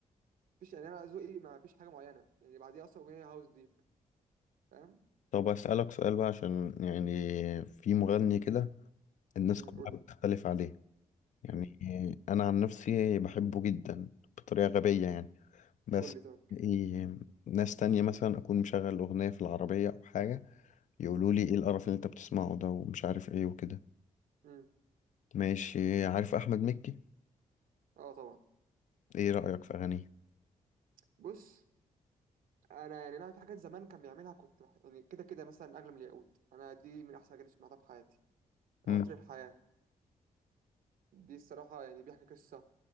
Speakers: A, on the right; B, on the left.
A: فيش يعني انا ذوقي ما فيش حاجه معينه يعني بعديها اصلا اغنيه هاوس ديب فاهم
B: طب أسألك سؤال بقى عشان يعني في مغني كده الناس
A: امم،
B: كلها
A: قول لي
B: بتختلف عليه يعني
A: امم،
B: أنا عن نفسي بحبه جدا بطريقة غبية يعني بس
A: قول لي طب
B: إيه ناس تانية مثلا أكون مشغل أغنية في العربية أو حاجة يقولوا لي إيه القرف اللي أنت بتسمعه ده ومش عارف إيه وكده
A: امم،
B: ماشي عارف أحمد مكي
A: اه طبعا
B: إيه رأيك في أغانيه؟
A: بص انا يعني انا في حاجات زمان كان بيعملها كنت بح- يعني كده كده مثلا اغلى من الياقوت انا دي من احسن اغاني سمعتها في حياتي
B: مم.
A: قطر الحياه دي الصراحه يعني بيحكي قصه